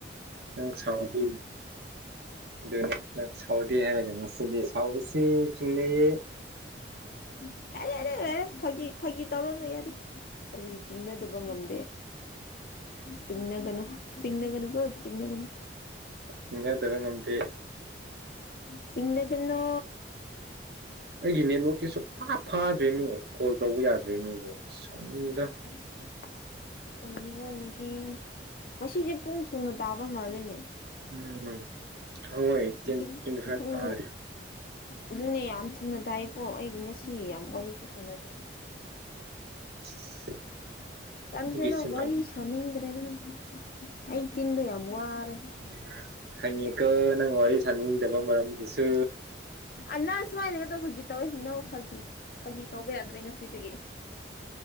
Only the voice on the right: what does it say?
ꯅꯡ ꯁꯥꯎꯗꯤ ꯑꯗꯨ ꯁꯥꯎꯗꯦ ꯍꯥꯏꯔꯒꯦ ꯉꯁꯤꯗꯤ ꯁꯥꯎꯕꯁꯤ ꯆꯤꯡꯅꯌꯦ
ꯅꯤꯡꯅꯗꯕ ꯉꯝꯗꯦ
ꯑꯩꯒꯤ ꯅꯦꯠꯋꯔꯥꯛꯛꯁꯦ ꯁꯨ ꯄ ꯐꯥꯗ꯭ꯔꯦ ꯃꯤ ꯀꯣꯜ ꯇꯧꯕ ꯌꯥꯗ꯭ꯔꯦ ꯃꯤꯕꯨ ꯁꯣꯛꯅꯤꯡꯉꯤꯗ
ꯎꯝ ꯍꯣꯏ ꯇ꯭ꯋꯦꯟꯇꯤ
ꯐꯏꯞ
ꯇꯥꯔꯦ
<inaudible>
ꯑꯩꯒꯤ ꯁꯤꯟꯐꯝ
<inaudible> ꯍꯪꯉꯦꯀ ꯅꯪ ꯋꯥꯔꯤ ꯁꯥꯅꯤꯡꯗꯕ ꯃꯔꯝꯗꯨꯁꯨ